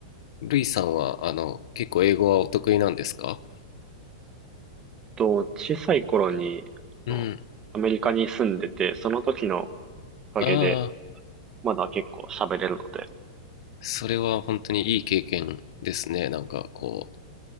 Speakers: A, on the left; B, on the right.
A: ルイさんは、あの、結構英語はお得意なんですか
B: と、小さい頃に、
A: うん。
B: あのアメリカに住んでて、その時のおかげで、
A: ああ、
B: まだ結構喋れるので、
A: それは本当にいい経験ですね。なんかこ